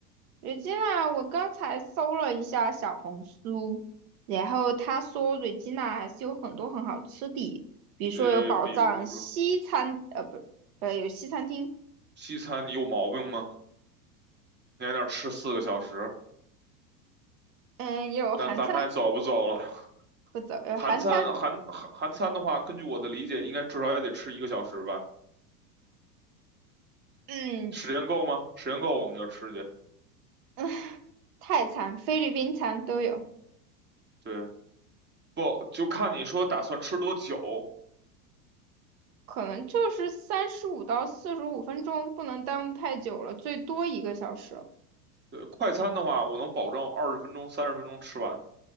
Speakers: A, on the right; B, on the right.
A: Regina，我刚才搜了一下小红书，然后他说 Regina 还是有很多很好吃的，比如说有宝藏西餐，
B: 呃，比如说
A: 呃，不是，呃，有西餐厅，
B: 西餐，你有毛病吗？你在那儿吃四个小时，
A: 嗯，也有韩餐，
B: 那咱们还走不走了？
A: 不走，有韩餐，
B: 韩餐韩韩韩餐的话，根据我的理解，应该至少也得吃一个小时吧？
A: 嗯，
B: 时间够吗？时间够我们就吃去。
A: <laughs> 泰餐、菲律宾餐都有，
B: 对，不就看你说打算吃多久。
A: 可能就是三十五到四十五分钟，不能耽误太久了，最多一个小时。
B: 对，快餐的话，我能保证二十分钟、三十分钟吃完，